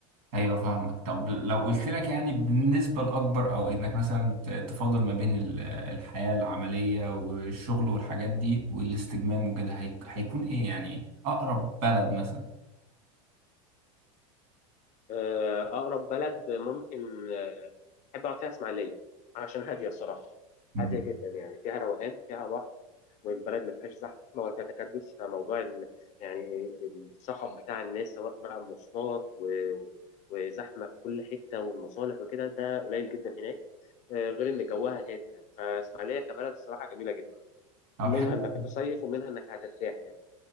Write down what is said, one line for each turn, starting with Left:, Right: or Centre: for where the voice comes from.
Right: ايوه فاهمك طب لو قلت لك يعني بالنسبة الاكبر او انك مثلا ت- تفاضل ما بين ال- الحياة العملية والشغل والحاجات دي والاستجمام وكده هي- هيكون ايه يعني اقرب بلد مثلا
Left: آه، أقرب بلد ممكن آه، أحب أقعد فيها إسماعيلية عشان هادية الصراحة
Right: مم.
Left: هادية جدا يعني فيها روقان فيها بحر والبلد ما فيهاش زحمة ولا فيها تكدس فموضوع ال- يعني الصخب بتاع الناس سواء بقى مواصلات و- وزحمة في كل حتة والمصالح وكده ده قليل جدا هناك آه، غير إن جوها هادي يعني فإسماعيلية كبلد الصراحة جميلة جدا
Right: طب
Left: منها
Right: حلو
Left: انك
Right: أوي-
Left: هتصيف ومنها انك هترتاح يعني